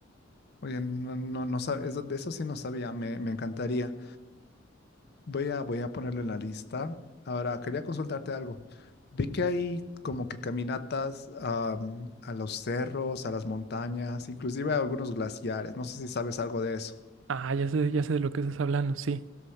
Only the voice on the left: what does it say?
Oye, no, no, no sab- eso- de eso sí no sabía, me, me encantaría. Voy a, voy a ponerlo en la lista. Ahora, quería consultarte algo. Vi que hay como que caminatas am, a los cerros, a las montañas, inclusive a algunos glaciares. No sé si sabes algo de eso.